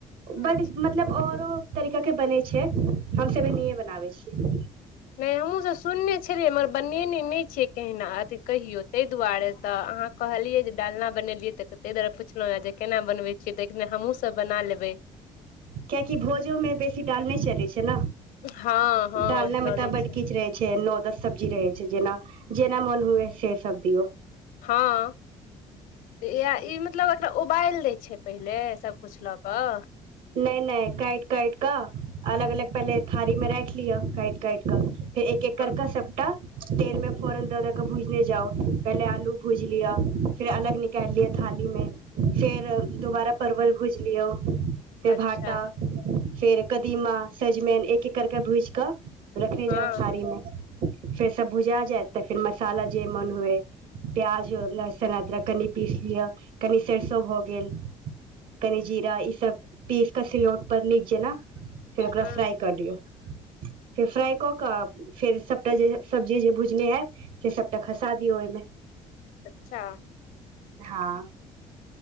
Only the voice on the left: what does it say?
अच्छा
मेमू सुनने छलियै मगर बनेने नय छियै कहहिना अथी कहियौ ताहि दुआरे तऽ अहाँ कहलियै जे डालना बनेलियै तऽ तहि दुआरे पुछलहुँ ह जे केना बनबै छियै तऽ हमहूँसभ बना लेबै
हँ हँ
चलै
छै
हाँ तऽ इह ई मतलब एकरा उबाइल दै छै पहिले सबकुछ लऽ कऽ
हँ
अच्छा
हँ
हँ
अच्छा